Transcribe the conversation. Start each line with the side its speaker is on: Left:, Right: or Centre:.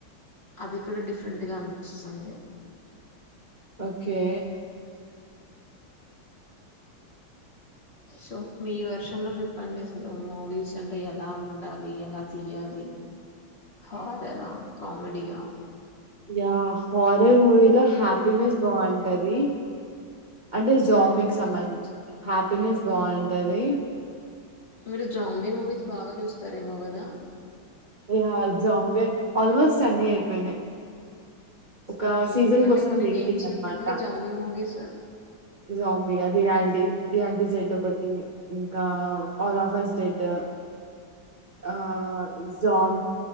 Left: అది కూడా డిఫరెంట్ గా అనిపిస్తుంది
Right: ఓకే
Left: సో మీ వర్షన్ లో జెప్పండి అసలు మూవీస్ అంటే ఎలా ఉండాలి ఎలా తీయాలి. హార్రరా కామెడీయా
Right: యా హార్రర్ మూవీలో హ్యాపీనెస్ బాగుంటది అంటే జాంబ్కి
Left: హుహు.
Right: సంబంధించింది హ్యాపీనెస్ బాగుంటది
Left: మీరు జాంబీ మూవీస్ బాగా చూస్తారేమో గదా
Right: ఏ జాంబే ఆల్మోస్ట్ అన్ని అయిపోయినయ్ ఒక
Left: ఓకే.
Right: సీజన్
Left: అంటే
Right: కోసం
Left: కొన్ని
Right: వెయిటింగ్
Left: నేమ్స్ చెప్పండి
Right: అన్నమాట
Left: జాంబీ మూవీస్.
Right: జాంబి అది రియాలిటీ రియాలిటీ డెడ్ ఒకటి ఇంకా ఆల్ ఆఫర్స్ డెడ్ ఆ జాం